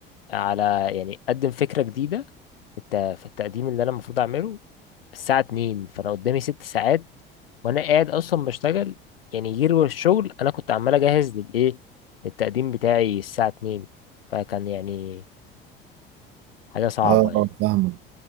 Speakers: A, on the left; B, on the right.
A: على يعني اقدم فكرة جديدة في الت... في التقديم اللي انا المفروض اعمله الساعة 2 فانا قدامي ست ساعات وانا قاعد اصلا بشتغل يعني غير الشغل انا كنت عمال اجهز للايه للتقديم بتاعي الساعة 2 فكان يعني حاجة صعبة
B: اه
A: يعني
B: آه، فاهمك